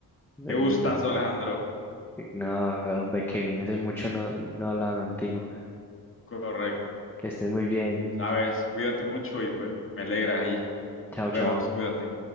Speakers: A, in the centre; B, on the left.
A: de
B: qué
A: una.
B: gustazo, Alejandro.
A: No, hombre, Kevin, hace mucho no, no hablaba contigo.
B: Correcto.
A: Que estés muy bien.
B: ¿Sabes? Cuídate mucho y pues me alegra ahí.
A: Chao,
B: Nos
A: chao.
B: vemos. Cuídate.